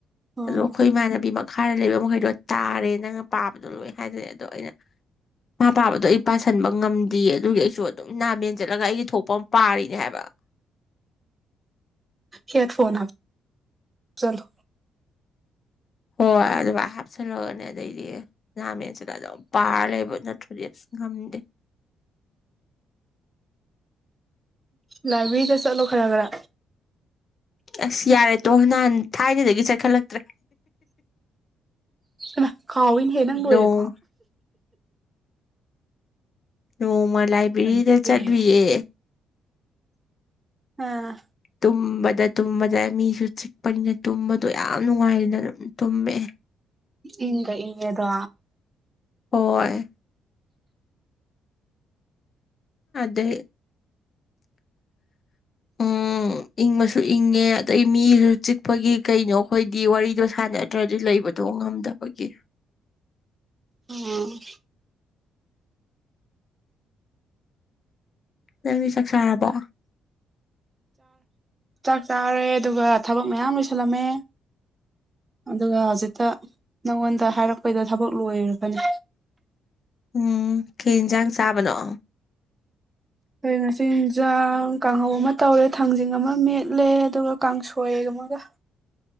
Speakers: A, on the right; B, on the left.
A: ꯑꯥ
B: ꯑꯗꯣ ꯑꯩꯈꯣꯏ ꯏꯃꯥꯟꯅꯕꯤ ꯃꯈꯥꯗ ꯂꯩꯕ ꯃꯈꯩꯗꯣ ꯇꯥꯔꯦ ꯅꯪ ꯄꯥꯕꯗꯣ ꯂꯣꯏ ꯍꯥꯏꯗꯅ ꯑꯗꯣ ꯑꯩꯅ ꯏꯃꯥ ꯄꯥꯕꯗꯣ ꯑꯩ ꯄꯥꯁꯟꯕ ꯉꯝꯗꯦ ꯑꯗꯨꯒꯤ ꯑꯩꯁꯨ ꯑꯗꯨꯝ ꯅꯥ ꯃꯦꯟ ꯆꯠꯂꯒ ꯑꯩꯗꯤ ꯊꯣꯛꯄ ꯑꯃ ꯄꯥꯔꯤꯅꯦ ꯍꯥꯏꯕ <inaudible>
A: ꯍꯦꯗ ꯐꯣꯟ ꯆꯂꯣ
B: ꯍꯣꯏ ꯑꯗꯨ ꯍꯥꯞꯆꯜꯂꯒꯅꯦ ꯑꯗꯩꯗꯤ ꯉꯥꯃꯦꯟꯁꯤꯗ ꯑꯗꯨꯝ ꯄꯥꯔ ꯂꯩꯕ ꯅꯠꯇ ꯁ ꯉꯗꯦ
A: ꯂꯥꯏꯕ꯭ꯔꯦꯔꯤꯗ ꯆꯠꯂꯣ ꯈꯔ ꯈꯔ
B: ꯑꯁ ꯌꯥꯔꯦꯠꯇꯣ ꯅꯍꯥꯟ ꯊꯥꯏꯅꯗꯒꯤ ꯆꯠꯈꯠꯂꯛꯇ꯭ꯔꯦ
A: ꯀ ꯀꯥꯎꯋꯅꯍꯦ ꯅꯪ ꯂꯣꯏꯔꯦꯀꯣ
B: ꯅꯣꯡ ꯅꯣꯡꯃ ꯂꯥꯏꯕ꯭ꯔꯦꯔꯤꯗ
A: ꯑꯩ ꯄꯦꯔꯦ
B: ꯆꯠꯂꯨꯌꯦ
A: ꯑꯥ
B: ꯇꯨꯝꯕꯗ ꯇꯨꯝꯕꯗ ꯃꯤꯁꯨ ꯆꯤꯛꯄꯅꯤꯅ ꯇꯨꯝꯕꯗꯣ ꯌꯥꯝ ꯅꯨꯡꯉꯥꯏꯔꯅ ꯑꯗꯨꯝ ꯇꯨꯝꯃꯦ
A: ꯏꯪ ꯏꯉꯦꯗꯣ
B: ꯍꯣꯏ ꯗ ꯎꯝ ꯏꯪꯕꯁꯨ ꯏꯪꯉꯦ ꯑꯗꯗꯒꯤ ꯃꯤꯁꯨ ꯆꯤꯛꯄꯒꯤ ꯀꯩꯅꯣ ꯑꯩꯈꯣꯏꯗꯤ ꯋꯥꯔꯤꯗꯣ ꯁꯥꯟ ꯅꯠꯇ꯭ꯔꯗꯤ ꯂꯩꯕꯗꯣ ꯉꯝꯗꯕꯒꯤ
A: ꯎꯝ
B: ꯅꯪꯗꯤ ꯆꯥꯛ ꯆꯥꯔꯕꯣ
A: ꯆꯥꯛ ꯆꯥꯔꯦ ꯑꯗꯨꯒ ꯊꯕꯛ ꯃꯌꯥꯝ ꯂꯣꯏꯁꯜꯂꯝꯃꯦ ꯑꯗꯨꯒ ꯍꯧꯖꯤꯛꯇ ꯅꯪꯉꯣꯟꯗ ꯍꯥꯏꯔꯛꯄꯩꯗ ꯊꯕꯛ ꯂꯣꯏꯔꯒꯅꯤ
B: ꯎꯝ ꯀꯦ ꯌꯦꯟꯁꯥꯡ ꯆꯥꯕꯅꯣ
A: ꯑꯩꯈꯣꯏ ꯉꯆꯤꯟꯤꯟꯖꯥꯡ ꯀꯥꯡꯍꯧ ꯑꯃ ꯇꯧꯔꯦ ꯊꯥꯡꯖꯤꯡ ꯑꯃ ꯃꯦꯠꯂꯦ ꯑꯗꯨꯒ ꯀꯥꯡꯁꯣꯏ ꯊꯃꯒ